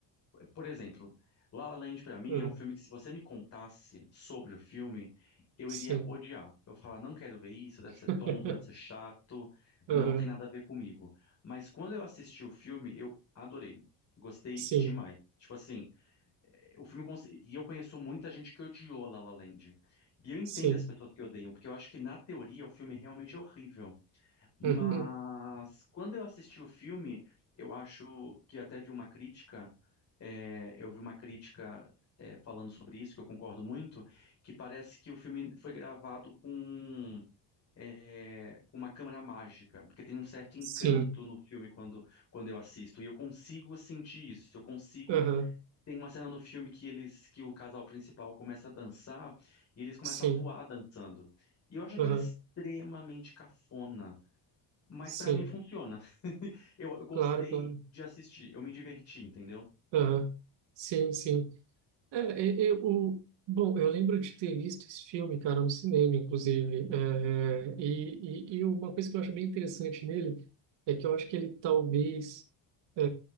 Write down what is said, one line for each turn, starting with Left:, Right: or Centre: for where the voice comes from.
Left: por exemplo, La La Land pra mim
Right: Uhum.
Left: é um filme que se você me contasse sobre o filme, eu
Right: Sim.
Left: iria odiar. Eu ia falar, não quero ver isso, deve
Right: <laughs>
Left: ser tonto, deve ser chato, não
Right: Uhum.
Left: tem nada a ver comigo. Mas quando eu assisti o filme, eu adorei. Gostei
Right: Sim.
Left: demais. Tipo assim, o filme cons- e eu conheço muita gente que odiou La La Land. E eu entendo
Right: Sim.
Left: as pessoas que odeiam, porque eu acho que na teoria o filme realmente é horrível. Mas
Right: Uhum.
Left: quando eu assisti o filme, eu acho que até vi uma crítica, é, eu vi uma crítica, é, falando sobre isso, que eu concordo muito, que parece que o filme foi gravado com, é, com uma câmera mágica, porque tem um certo encanto
Right: Sim.
Left: no filme quando, quando eu assisto, e eu consigo sentir isso, eu consigo.
Right: Uhum.
Left: Tem uma cena no filme que eles, que o casal principal começa a dançar e eles começam
Right: Sim.
Left: a voar dançando. E eu acho aquilo
Right: Uhum.
Left: extremamente cafona. Mas
Right: Sim.
Left: pra mim funciona. Eu, eu gostei
Right: Claro, claro.
Left: de assistir, eu me diverti, entendeu?
Right: Uhum. Sim, sim. É, eu, o, bom, eu lembro de ter visto esse filme, cara, no cinema, inclusive. É, é, e, e, e uma coisa que eu acho bem interessante nele é que eu acho que ele talvez é,